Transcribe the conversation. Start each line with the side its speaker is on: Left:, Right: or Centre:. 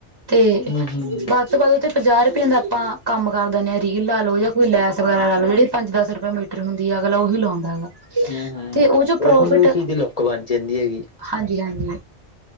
Right: ਤੇ
Left: ਹੂੰ ਹੂੰ
Right: ਬਾਸ। ਤੋਂ ਬਾਅਦ ਉ ਪੰਜਾਹ ਰੁਪਏ ਦਾ ਆਪਾਂ ਕੰਮ ਕਰ ਦਿੰਦੇ ਰੀਲ ਲਾ ਲਓ ਜਾਂ ਕੋਈ ਲੈਸ ਵਗੈਰਾ ਲ ਲੋ ਜਿਹੜੀ ਪੰਜ ਦਸ ਰੁਪਏ ਮੀਟਰ ਹੁੰਦੀ ਅਗਲਾ ਉਹੀ ਲਾਉਂਦਾ ਹੈਗਾ।
Left: ਹਮ ਹਮ
Right: ਤੇ ਉਹ ਚੋਂ ਪ੍ਰੋਫਿਟ
Left: ਉਹਦ ਉਹ ਚੀਜ਼ ਦੀ ਲੁੱਕ ਬਣ ਜਾਂਦੀ ਹੈਗੀ।
Right: ਹਾਂਜੀ ਹਾਂਜੀ।